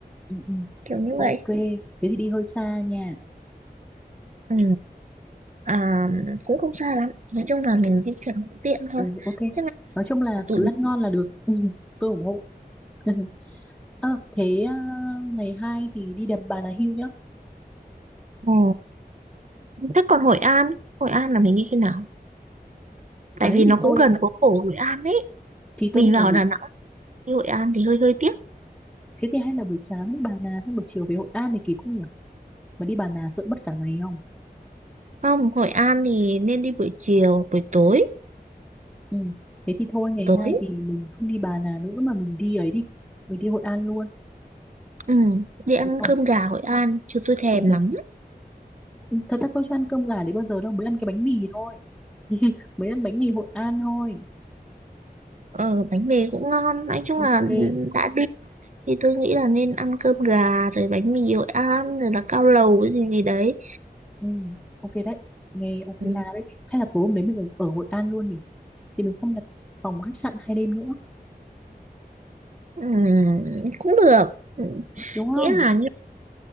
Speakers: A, in the centre; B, on the right (about 50°).
A: ừ, ừ.
B: kiểu như
A: ok
B: vậy.
A: thế thì đi hơi xa nha
B: Ừ. À, cũng không xa lắm, nói chung là mình di chuyển cũng tiện thôi.
A: ừ, ok
B: Thế
A: nói chung
B: mà
A: là
B: tụi
A: cứ ăn ngon là được ừ, tôi ủng hộ <laughs> ờ thế à, ngày hai thì đi đầm Bà Nà Hills nhá
B: ừ. Thế còn Hội An, Hội An là mình đi khi nào?
A: đấy
B: Tại vì nó
A: thì tôi
B: cũng gần phố cổ Hội An ấy.
A: thì
B: Mình
A: tôi định
B: vào
A: là buổi
B: Đà Nẵng đi Hội An thì hơi hơi tiếc.
A: Thế thì hay là buổi sáng đi Bà Nà xong buổi chiều về Hội An thì kịp không nhỉ? Mà đi Bà Nà sợ mất cả ngày không?
B: Không, Hội An thì nên đi buổi chiều, buổi tối.
A: Ừ. Thế thì thôi ngày
B: Buổi tối.
A: hai thì mình không đi Bà Nà nữa mà mình đi ấy đi. Mình đi Hội An luôn,
B: Ừ, đi ăn
A: đúng không?
B: cơm gà Hội An, chứ tôi thèm
A: Ừ.
B: lắm.
A: Thật ra tôi chưa ăn cơm gà đấy bao giờ đâu, mới ăn cái bánh mì thôi. <laughs> Mới ăn bánh mì Hội An thôi.
B: Ờ, bánh mì cũng ngon. Nói chung
A: Ok.
B: là đã đi thì tôi nghĩ là nên ăn cơm gà, rồi bánh mì Hội An, rồi là cao lầu cái gì gì đấy.
A: Ừ. Ok đấy. Nghe ok
B: Ừ,
A: là đấy. Hay là tối hôm đấy mình ở, ở Hội An luôn nhỉ? Thì mình không đặt phòng khách sạn hai đêm nữa,
B: ừ, cũng được. Ừ,
A: đúng
B: nghĩa
A: không?
B: là như...